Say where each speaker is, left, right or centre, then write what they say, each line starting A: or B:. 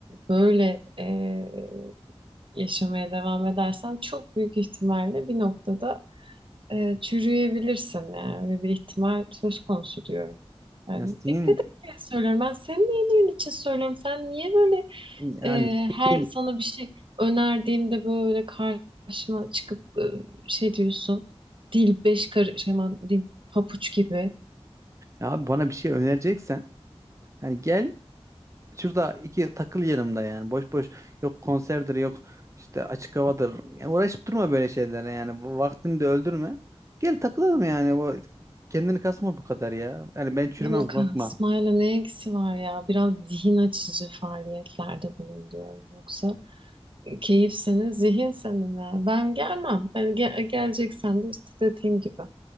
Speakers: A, on the right; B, on the right.
A: böyle e, yaşamaya devam edersen çok büyük ihtimalle bir noktada e, çürüyebilirsin. Yani öyle bir ihtimal söz konusu diyorum. Yani
B: ya senin
A: dikkat et diye söylüyorum. Ben senin iyiliğin için söylüyorum. Sen niye böyle
B: yani
A: e, her
B: değil.
A: sana bir şey önerdiğimde böyle karşıma çıkıp e, şey diyorsun. Dil beş karış hemen dil papuç gibi.
B: Abi bana bir şey önereceksen yani gel Şurada iki takıl yanımda yani. Boş boş yok konserdir yok işte açık havadır. Yani uğraşıp durma böyle şeylere yani. Bu vaktini de öldürme. Gel takılalım yani. Bu kendini kasma bu kadar ya. Yani ben çürümem
A: Luka,
B: korkma.
A: İsmail'e ne ilgisi var ya? Biraz zihin açıcı faaliyetlerde bulun diyorum. Yoksa e, keyif senin, zihin senin ya. Ben gelmem. Ben ge- geleceksem de işte dediğim gibi